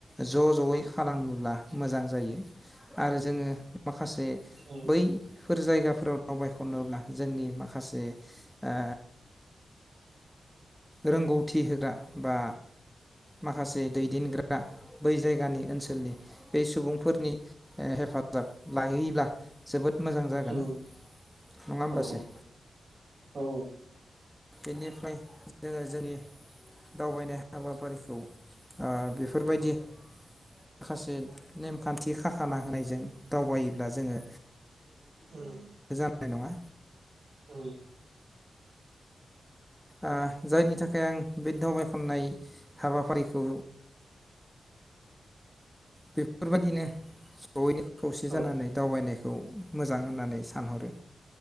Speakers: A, in the centre; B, on the right (about 50°).
A: ज' ज'यै खालामोब्ला मोजां जायो आरो जोङो माखासे
B: उम
A: बै फोर जायगाफोराव दावबाय खननोब्ला जोंनि माखासे आ रोंगौथि होग्रा बा माखासे दैदेनग्रा बै जायगानि ओनसोलनि बै सुबुंफोरनि हेफाजाब लायोब्ला जोबोद मोजां जागोन
B: उम
A: नङा होमबासै?
B: औ औ
A: बेनिफ्राय जोङो जोंनि दावबायनाय हाबाफारिखौ ओ बेफोरबायदि माखासे नेमखान्थि खाखाना होनायजों दावबायोब्ला जोङो
B: उम।
A: नाय नङा।
B: उम
A: आ जायनि थाखाय आं बे दावबाय खननाय हाबाफारिखौ बेफोरबायदिनो जयैनो खौसे
B: औ
A: जानानै दावबायनाय खौ मोजां होननानै सानहरो।